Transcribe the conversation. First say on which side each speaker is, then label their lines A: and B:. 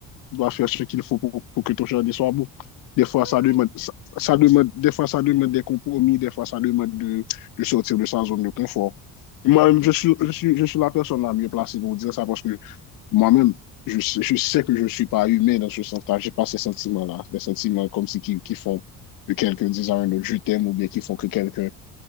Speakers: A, on the left (about 70°); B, on the right (about 50°).
A: tu dois faire ce qu'il faut pour, pour, que ton jardin soit beau. Des fois,
B: Oui,
A: ça demande, ça, ça demande, des fois, ça demande des compromis, des fois, ça demande de, de sortir de sa zone de confort. Moi-même,
B: oui, ouais,
A: je suis, je, suis, je suis la personne la mieux placée pour dire ça parce que moi-même, je, je, sais que je ne suis pas humain dans ce sens-là. Je n'ai pas ces sentiments-là, des sentiments comme si qui, qui font que quelqu'un dise à un autre je t'aime ou bien qui font que quelqu'un